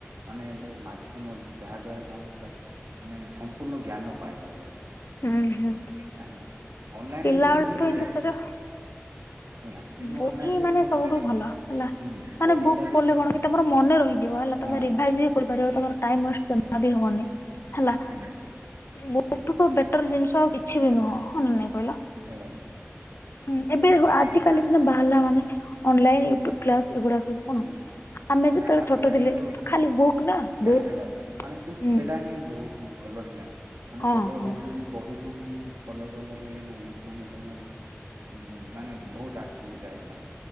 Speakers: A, on the right; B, on the left.
A: ମାନେ ଗୋଟେ ମାଧ୍ୟମ ଯାହା ଦ୍ଵାରା କି ଆମେ ପୁରା ମାନେ ସମ୍ପୂର୍ଣ୍ଣ ଜ୍ଞାନ ପାଇପାରିବା।
B: ହୁଁ, ହୁଁ
A: ହେଲା ଅନଲାଇନ
B: ପିଲାବେଳ
A: ରେ ବି ମିଳେ
B: ଠୁ ଇନ୍ତି ତ ସେଟା
A: ହେଲା କିନ୍ତୁ
B: ଵୁକ୍
A: ଅନଲାଇନ
B: ହିଁ
A: ରେ
B: ମାନେ
A: କଣ
B: ସବୁଠୁ ଭଲ ହେଲା
A: ହୁଁ
B: ମାନେ
A: ବହିଟା
B: ବୁକ୍
A: ଯଦି
B: ପଢିଲେ କଣ କି ତମର ମନେ ରହିଯିବ ହେଲା
A: ହଁ
B: ତମେ ରିଭାଇଜ ବି କରିପାର ତମର ଟାଇମ ୱେଷ୍ଟ ଜମା ବି ହବନି। ହେଲା
A: ହୁଁ
B: ମୁଁ ତା ଠୁ ବେ ବେଟର ଜିନିଷ ଆଉ କିଛି ବି ନୁହଁ ହଁ ନା ନାଇ କହିଲ
A: ସେଇଟା ତ
B: ହିଁ ଏବେ
A: ମାନେ ବୁକ୍
B: ଆଜାକାଲି ସିନା ବାହାରିଲା ମାନେ ଅନଲାଇନ୍ ୟୁ ଟ୍ୟୁ୍ବ କ୍ଲାସ ଏଗୁଡ଼ାକ ସବୁ କଣ
A: ହୁଁ
B: ଆମେ ଯେତେବେଳେ
A: ନାଇଁ ଆଜିକାଲିର
B: ଛୋଟ ଥିଲେ ଖାଲି ବୁକ୍ ନା
A: ସଟ
B: ବୁକ୍
A: ସେଟା ତ ମାନେ କିନ୍ତୁ
B: ହୁଁ
A: ସେଟା ହିଁ ବହୁତ ଭଲ ଥିଲା। ମାନେ
B: ହଁ
A: କେବଳ
B: ହଁ
A: ତମେ ଯଦି ବହି ଫହି ଫଲୋ କଲ କହିଲେ ନାଇଁ କି ମାନେ ତମେ ଉ ମାନେ ବୋହୁତ ଆଗକୁ ଯାଇପାର।